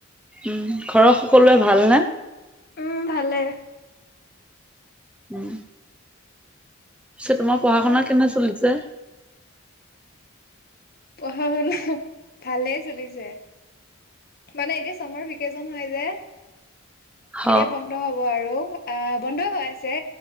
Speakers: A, in the centre; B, on the left.
A: উম ঘৰৰ সকলোৱে ভাল নে?
B: উম ভালে।
A: উম পিছে তোমাৰ
B: আপোনাৰ
A: পঢ়া-শুনা কেনে চলিছে?
B: পঢ়া-শুনা ভালেই চলিছে মানে এতিয়া চামাৰ ভিকেচন হয় যে।
A: হ
B: এতিয়া বন্ধ হব আৰু। বন্ধ হৈ আছে